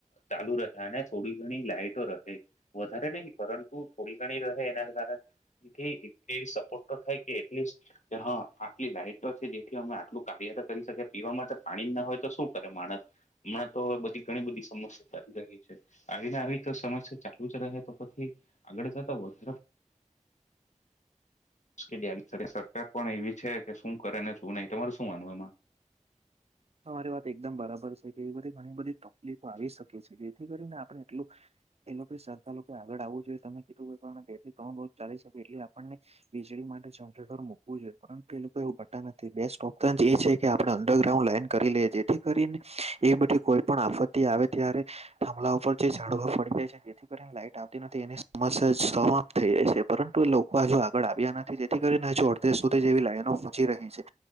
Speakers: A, on the left (about 65°); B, on the right (about 50°).
A: ચાલુ રહે. અને થોડી ઘણી લાઈટો રહે. વધારે નહી પરંતુ થોડી ઘણી રહે એના કારણે જેથી એટલી સપોર્ટ તો થાય કે એટલીસ્ટ કે હા આટલી લાઈટ છે જેથી અમે આટલું કાર્ય તો કરી શકીએ. પીવા માટે પાણી ના હોય તો શું કરે માણસ? હમણાં તો બધી ઘણી બધી સમસ્યા ચાલી રહી. આવીને આવી તો સમસ્યા ચાલુ જ રહે તો પછી આગળ જતા વધારે મુશ્કેલી આવી સરકાર પણ એવી છે કે શું કરે ને શું નહી તમાર શું માનવું આમાં?
B: તમારી વાત એકદમ બરાબર છે. કે એવી બધી ઘણી બધી તકલીફો આવી શકે છે કે જેથી કરીને આપણે એટલું એ લોકો સરકાર લોકોએ આગળ આવવું જોઈએ તમે કીધું કો ત્રણ રો ચાલી શકે એટલે આપને વીજળી માટે વુંએ પરંતુ એ લોકો એવું કરતા નથી બેસ્ટ ઓપ્શન એ છે કે આપણે અડરગ્રાઉન્ડ લાઈન કરી લે જેથી કરીને એ બેધી કોઈ પણ આપત્તિ આવે ત્યારે થાંભલા ઉપર જે ઝડવા પડી જાય છે. જેથી કરીને લાઈટ આવતી નથી એની સમસ્યા સમાપ્ત થઈ જાય છે. પરંતુ એ લોકો હજુ આગળ આવ્યા નથી જેથી કરીને હજુ અડધે સુધી જેવી લાઈનો પોચી રહી છે.